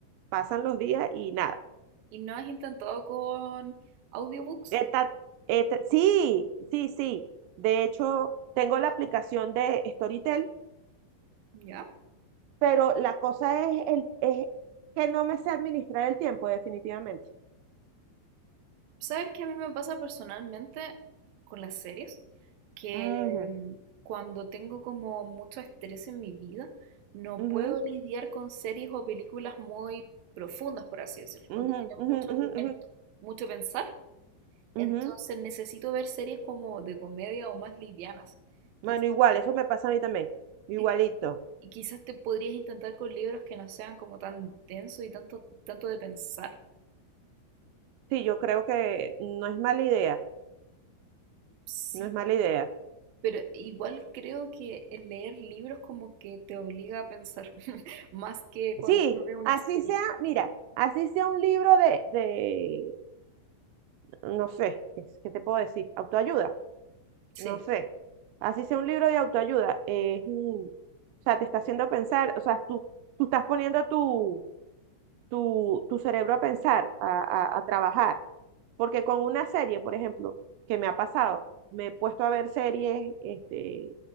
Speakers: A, on the right (about 85°); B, on the right (about 70°).
A: pasan los días y nada.
B: ¿Y no has intentado con audiobooks?
A: Eta- eta- sí, sí, sí. De hecho, tengo la aplicación de Storytel,
B: Ya,
A: pero la cosa es, el, es que no me sé administrar el tiempo, definitivamente.
B: ¿Sabes qué a mí me pasa personalmente con las series? Que
A: Ujú,
B: mm, cuando tengo como mucho estrés en mi vida, no
A: ujú,
B: puedo lidiar con series o películas muy profundas, por así decirlo, o
A: ujú,
B: que tienen
A: ujú,
B: mucho argumento,
A: ujú, ujú,
B: mucho pensar. Entonces
A: ujú.
B: necesito ver series como de comedia o más livianas. Quizás,
A: Bueno, igual, eso me pasa a mí también. Igualito.
B: y, y quizás te podrías intentar con libros que no sean como tan densos y tanto, tanto de pensar.
A: Sí, yo creo que no es mala idea.
B: Sí,
A: No es mala idea.
B: Pero igual creo que el leer libros como que te obliga a pensar, <laughs> más que cuando
A: Sí,
B: uno ve una
A: así
B: serie.
A: sea, mira, así sea un libro de, de, no sé, ¿qué qué te puedo decir? Autoayuda.
B: Sí,
A: no sé, así sea un libro de autoayuda, es, un- o sea, te está haciendo pensar, o sea, tú, tú estás poniendo tu, tu, tu cerebro a pensar, a, a, a trabajar, porque con una serie, por ejemplo, que me ha pasado, me he puesto a ver series, este,